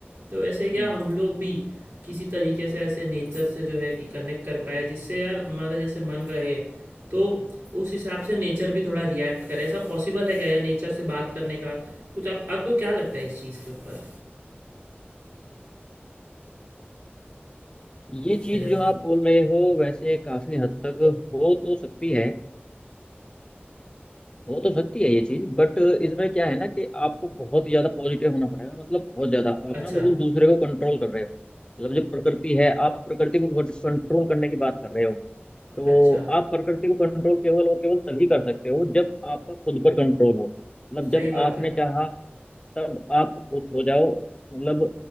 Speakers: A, on the right (about 80°); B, on the left (about 25°).
A: तो ऐसे क्या
B: हम्म
A: हम लोग भी किसी तरीके से ऐसे नेचर से जो है कि कनेक्ट कर पाए जिससे यार हमारा जैसे मन रहे तो उस हिसाब से नेचर भी थोड़ा रिएक्ट करे ऐसा पॉसिबल है क्या यार नेचर से बात करने का कुछ आप आपको क्या लगता है इस चीज़ के ऊपर
B: ये चीज
A: हेलो
B: जो आप बोल रहे हो वैसे काफी हद तक हो तो सकती है हो तो सकती है ये चीज बट इसमें क्या है ना कि आपको बहुत ही ज्यादा पॉजिटिव होना पड़ेगा मतलब बहुत ज्यादा आप
A: अच्छा
B: ना मतलब दूसरे को कंट्रोल कर रहे हो मतलब जो प्रकृति है आप प्रकृति को कंट्रोल करने की बात कर रहे हो तो
A: अच्छा
B: आप प्रकृति को कंट्रोल केवल और केवल तभी कर सकते हो जब आपका खुद पर कंट्रोल हो मतलब जब
A: सही बात
B: आपने
A: है
B: चाहा तब आप खुश हो जाओ मतलब